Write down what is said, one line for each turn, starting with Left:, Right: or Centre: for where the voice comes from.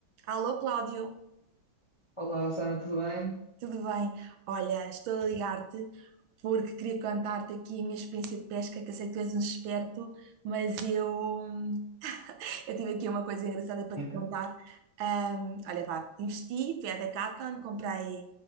Right: Alô, Cláudio,
Left: Olá, Sana, tudo bem?
Right: tudo bem? Olha, estou a ligar-te porque queria contar-te aqui a minha experiência de pesca, que eu sei que tu és um esperto, mas eu, hum, <laughs> eu tive aqui uma coisa engraçada para
Left: Então,
Right: te contar. Ahm, olha, pá, investi, fui à Decathlon, comprei,